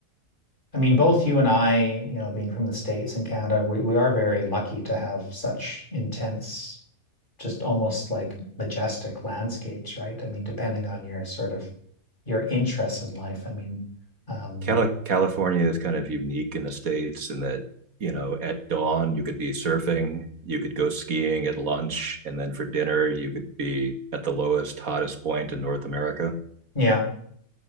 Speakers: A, on the left; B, on the right.
A: I mean, both you and I, you know, being from the States and Canada, we, we are very lucky to have such intense, just almost like majestic landscapes, right? I mean, depending on your sort of your interests in life. I mean, um,
B: Cali- California is kind of unique in the states in that you know at dawn you could be surfing, you could go skiing at lunch, and then for dinner you could be at the lowest, hottest point in North America.
A: yeah,